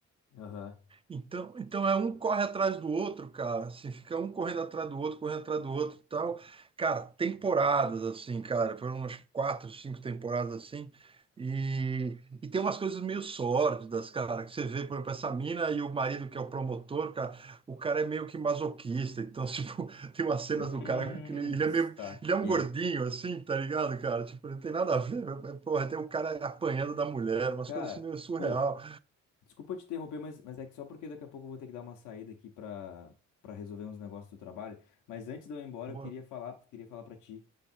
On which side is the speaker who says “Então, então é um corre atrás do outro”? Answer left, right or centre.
Right